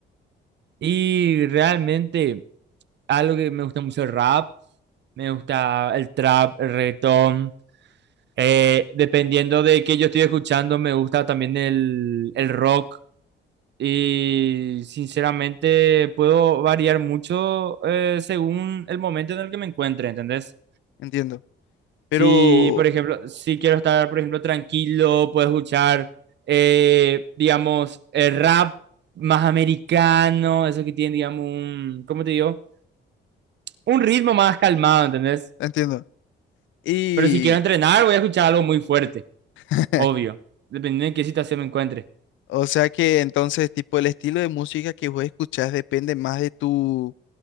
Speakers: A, on the right; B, on the left.
A: y realmente algo que me gusta mucho el rap, me gusta el trap, el reggaetón, eh, dependiendo de qué yo estoy escuchando, me gusta también el, el rock. Y sinceramente puedo variar mucho eh, según el momento en el que me encuentre, ¿entendés?
B: Entiendo. Pero,
A: Si, por ejemplo, si quiero estar, por ejemplo, tranquilo, puedo escuchar, eh, digamos, el rap más americano, eso que tiene, digamos, un, ¿cómo te digo? Un ritmo más calmado, ¿entendés?
B: entiendo. Y,
A: Pero si quiero entrenar, voy a escuchar algo muy fuerte,
B: <laughs>
A: obvio, dependiendo de qué situación me encuentre.
B: o sea que entonces, tipo, el estilo de música que vos escuchás depende más de tu,